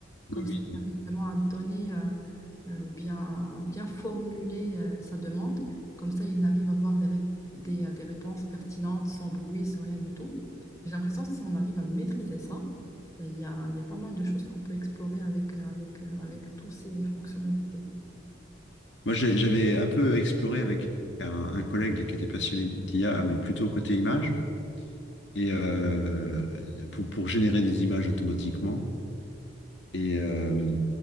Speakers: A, on the left; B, on the left.
A: Comme
B: Oui,
A: ça,
B: oui.
A: on arrive vraiment à donner euh, euh, ou bien, à bien formuler euh, sa demande. Comme ça, il arrive à avoir des, ré- des, euh, des réponses pertinentes, sans bruit, sans rien du tout. J'ai l'impression que si on arrive à maîtriser ça, ben, il y a, il y a pas mal de choses qu'on peut explorer avec, euh, avec, euh, avec toutes ces fonctionnalités.
B: Moi, j'ai- j'avais un peu exploré avec un, un collègue là, qui était passionné d'IA, mais plutôt côté image, et euh, pour, pour générer des images automatiquement. Et, euh,